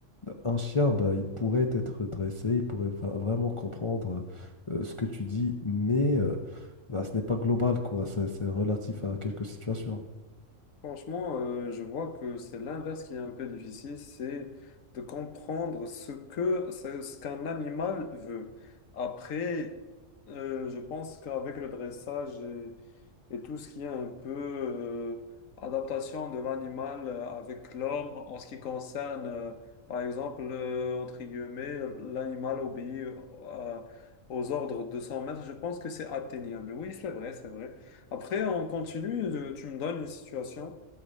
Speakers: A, on the left; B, on the left.
A: un chien, bah, il pourrait être dressé, il pourrait va- vraiment comprendre euh, ce que tu dis, mais euh, bah, ce n'est pas global, quoi. C'est c'est relatif à quelques situations.
B: Franchement, euh, je vois que c'est l'inverse qui est un peu difficile, c'est de comprendre ce que ce ce qu'un animal veut. Après, euh, je pense qu'avec le dressage et tout ce qui est un peu euh, adaptation de l'animal euh, avec l'homme en ce qui concerne, euh, par exemple, euh, entre guillemets, l'animal obéit à- aux ordres de son maître, je pense que c'est atteignable. Oui, c'est vrai, c'est vrai. Après, on continue, euh, tu me donnes une situation